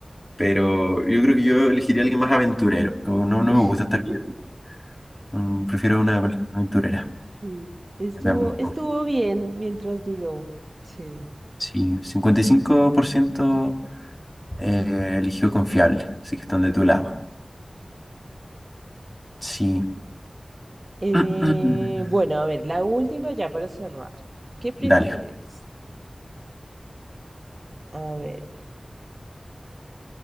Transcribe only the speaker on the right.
<laughs>
Sí, estuvo,
estuvo bien mientras duró. Sí.
Eh,
bueno, a ver, la última ya para cerrar. ¿Qué prefieres?
A ver.